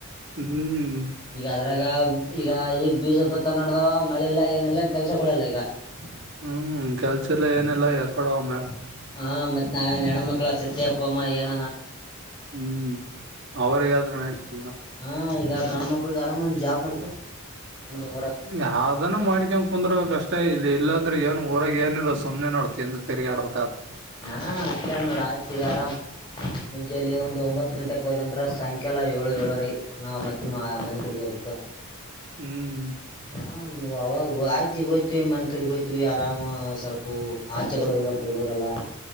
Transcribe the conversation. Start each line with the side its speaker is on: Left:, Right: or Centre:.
Right: ಹ್ಮ್
Left: ಈಗ, ಅದ್ರಾಗ ಈಗ, ಈಗ. <inaudible> ಬಿಜೆಪಿ, ತನಾಡ್ದಾವ, ಮಳೆಲ್ಲ ಏನೆಲ್ಲಾ ಕೆಲ್ಸಗಳೆಲ್ಲ ಈಗ. <inaudible>
Right: ಹ್ಮ್, ಕೆಲ್ಸಲ್ಲ, ಏನಿಲ್ಲ ಯಾಕಡೇ, ಹೋಗುಮ, ಹೇಳು. <unintelligible>
Left: ಹ, ಮತ್ ನಾವೇ ಹೆಣ್ಮಕ್ಳ ಸತ್ಯವ್ ಕೋಮ. <inaudible>
Right: ಹ್ಮ್, ಅವ್ರಾದರೂ, ನಡ್ತ. <unintelligible>
Left: ಹಾ, ಈಗ, ಗಂಡುಮಕ್ಕಳು. <inaudible> ಫುಲ್, ಆರಾಮಂದ, ಜಾಬ್ ಮಾಡ್. <inaudible>
Right: ಯಾವ್ದಾನ, ಮಾಡ್ಕ, ಕುಂದರ್ಬೇಕಕ್, ಅಷ್ಟ ಇಲ್ಲಿ. <inaudible> ಇಲ್ಲಾಂದ್ರೆ, ಏನ್ ಊರ ಏನಿಲ್ಲೋ ಸುಮ್ಮನೆ ನೋಡ್ ತಿಂದು, ತಿರಗಾಡಬೇಕು, ಹಾಗುತೇ. <inaudible>
Left: ಹಾ, ಅಷ್ಟೇ ನೋಡು, ಆಯ್ತಗ ಆರಾಮ್ ಮುಂಜೆಯಲ್ಲಿ ಒಂದ್ ಒಂಬತ್ ಗಂಟೆಕ್ ಹೋ್ದಂದ ಸಂಖಕ್ಯ ಎಲ್ಲ ಏಳು ಏಳ್ರೀ ನಾವ್ ಮತ್, ಮಾ ಮನೆ ಕಡೆಗೆ ಹೋಗಬೇಕು. <inaudible>
Right: ಹ್ಮ್... <inaudible>
Left: ಹ್ಮ್ಮ್ ಅವಾಗ,, ಆಯ್ತಿ ಹೋಯ್ತಿವಿ, ಮನ್ ಕಡೆ ಹೋಯ್ತತಿವಿ. ಆರಾಮ ಸ್ವಲ್ಪ ಆಚೆ ಕಡೆ ಹೋಗಿ ಬರ್ತ ಹುಡುಗರೆಲ್ಲಾ? <inaudible>